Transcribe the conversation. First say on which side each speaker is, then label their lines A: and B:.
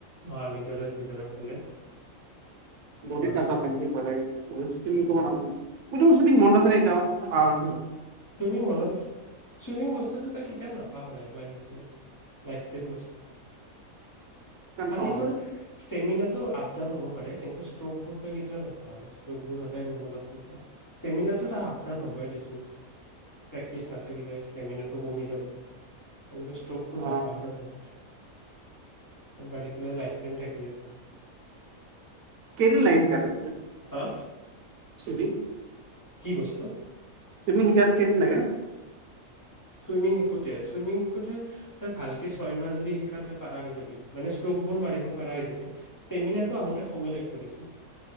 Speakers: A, on the left; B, on the right.
A: অ' নিজৰে চিজৰে ফালে।
B: বদিত
A: গৰমত
B: নাজাবা সেইদিনা <unintelligible> <unintelligible> তুমি মনত আছে নি তেওঁ <inaudible>
A: চুইমিং মনত আছে চুইমিং বস্তুটো তই কেতিয়াও নাপাহৰা এইবাৰ শিকিলে লাইফ টাইম বস্তু।
B: কিমান
A: খালি
B: পাহৰা
A: তোৰ
B: মই
A: ষ্টেমিনা টো আপ ডাউন হ'ব পাৰে কিন্তু ষ্ট্ৰক বোৰ তই কেতিয়াও নাপাও ষ্ট্ৰক বোৰ সদায় মনত থ পা ষ্টেমিনা টো আপ ডাউন হ'বই দেচোন। প্ৰেক্টিচ নাথাকিলে ষ্টেমিনাটো কমি যাব। কিন্তু ষ্ট্ৰকবোৰ
B: অ
A: নাপাহৰ তই। এবাৰ শিকিলে লাইষ্ট টাইম থাকি যায়।
B: কেইদিন লাগে শিকাতে?
A: হা
B: ছুইমিং
A: কি বস্তু
B: তুমি শিকালে কেইদিন লাগে
A: ছুইমিং শিকোটে ছুইমিং তই ভালকে ছয় মাহ যদি শিকা তই পাৰা হৈ যাবি মানে ষ্ট্ৰকবোৰ মাৰিব পাৰা হৈ যাবি ষ্টেমিনাটো আহোতে সময় লাগিব দেচোন